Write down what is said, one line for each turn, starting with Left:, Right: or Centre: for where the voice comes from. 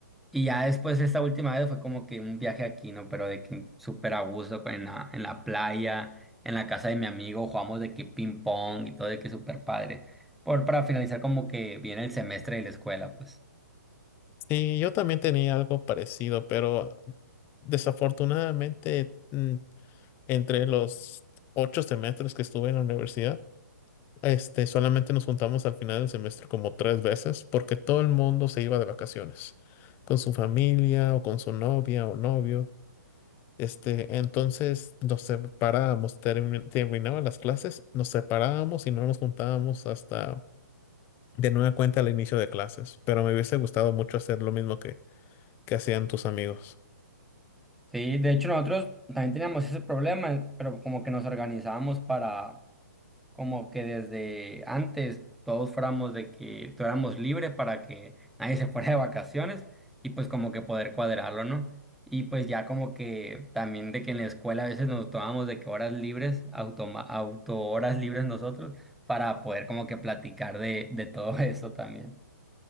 Centre: Y ya después esta última vez fue como que un viaje aquí, ¿no? Pero de que súper a gusto con- en la, en la playa, en la casa de mi amigo, jugamos de que ping pong y todo de que súper padre. Por, para finalizar como que viene el semestre de la escuela, pues.
Left: Sí, yo también tenía algo parecido, pero desafortunadamente mm, entre los ocho semestres que estuve en la universidad, Este, solamente nos juntamos al final del semestre como tres veces porque todo el mundo se iba de vacaciones con su familia o con su novia o novio. Este, entonces nos separábamos, termi- terminaban las clases, nos separábamos y no nos juntábamos hasta de nueva cuenta al inicio de clases. Pero me hubiese gustado mucho hacer lo mismo que, que hacían tus amigos.
Centre: Sí, de hecho nosotros también teníamos ese problema, pero como que nos organizábamos para como que desde antes todos fuéramos de que tuviéramos libre para que nadie se fuera de vacaciones y pues como que poder cuadrarlo, ¿no? Y pues ya como que también de que en la escuela a veces nos tomábamos de que horas libres, automa- auto horas libres nosotros, para poder como que platicar de, de todo <laughs> eso también.